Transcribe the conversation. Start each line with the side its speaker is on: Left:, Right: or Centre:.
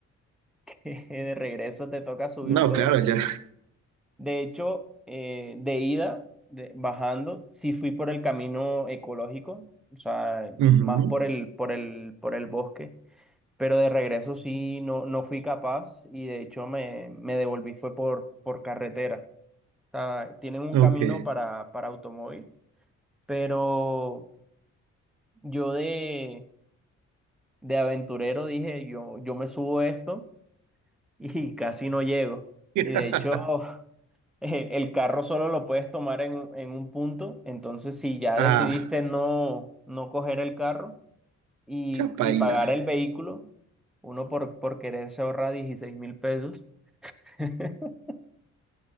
Centre: <laughs> que de regreso te toca subir
Right: No,
Centre: todo
Right: claro, ya.
Centre: De hecho, eh, de ida, de- bajando, sí fui por el camino ecológico, o sea,
Right: Ujú.
Centre: más por el, por el, por el bosque, pero de regreso sí no, no fui capaz y de hecho me, me devolví fue por, por carretera. O sea, tienen un
Right: Ok.
Centre: camino para, para automóvil, pero yo de, de aventurero dije, yo, yo me subo a esto y casi no llego.
Right: <laughs>
Centre: Y de hecho, <laughs> eh, el carro solo lo puedes tomar en, un- en un punto. Entonces, si ya
Right: Ah,
Centre: decidiste no, no coger el carro y,
Right: ya paila.
Centre: y pagar el vehículo, uno por, por quererse ahorrar dieciséis mil pesos, <laughs>